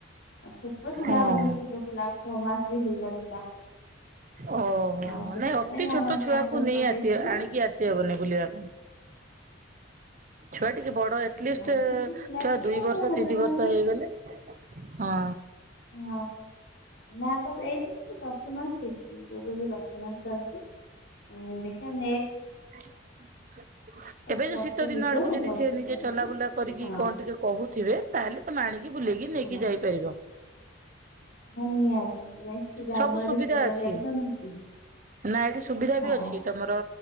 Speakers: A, on the left; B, on the right.
A: ଅ ଛୋଟ ଥିଲା
B: ହଁ
A: ବହୁତ୍ ଛୋଟ ଥିଲା। ଛଅ ମାସ୍ ବି ହେଇନଥିଲା।
B: ଓହୋ
A: ଆ, ସେଥିପାଇଁ
B: ଅନେ ଅତି
A: ଆମେ
B: ଛୋଟ
A: କ୍ୟାନସଲ
B: ଛୁଆକୁ ନେଇ
A: କରିଦେଇଥିଲୁ
B: ଆସିଆ ଆଣିକି ଆସି ସିଅବନି ବୋଲିଆକୁ ଛୁଆ ଟିକେ ବଡ, ଏଟଲିଷ୍ଟ
A: ଆଉ ଛୁଟି ଥିଲା
B: ଛୁଆ
A: ଟିକେ
B: ଦୁଇ ବର୍ଷ
A: ହଜବେଣ୍ଡ
B: ତିନି ବର୍ଷ
A: ବୋଲି
B: ହେଇଗଲେ ହଁ।
A: ହଁମ। ନାତ ବେଇତେ ତ ଦଶ ମାସ୍ ହେଇଛିି। ପୁଅକୁ ଏବେ ଦଶ ମାସ୍ ଚାଲିଛି‌। ଉଁ ଦେଖିଆ ନେକ୍ସଟ୍
B: <inaudible>
A: <inaudible>
B: ଏବେ ଯୁ ଶୀତ
A: ହେଇଯାଉ
B: ଦିନ ଆଡକୁ ଯଦି
A: ବର୍ଷେ
B: ସେ ନିଜେ
A: ପରେ
B: ଚଲାବୁଲା
A: ପରେ
B: କରିକି
A: ହଁ
B: କଣ ଟିକେ କହୁଥିବେ ତାହେଲେ ତମାଣିକି ବୁଲେଇକି
A: ହଁ
B: ନେଇକି ଯାଇପାରିବ।
A: ହଁ ନିହାତି ନେକ୍ସଟ୍ ଜାନୁଆରୀ
B: ସବୁ ସୁବିଧା
A: ଫେବୁୟାରୀ
B: ଅଛି।
A: ଆଡକୁ ଆମେ ଯିବୁ।
B: ନା ଏଠି ସୁବିଧା
A: ହଁ
B: ବି ଅଛି ତମ ର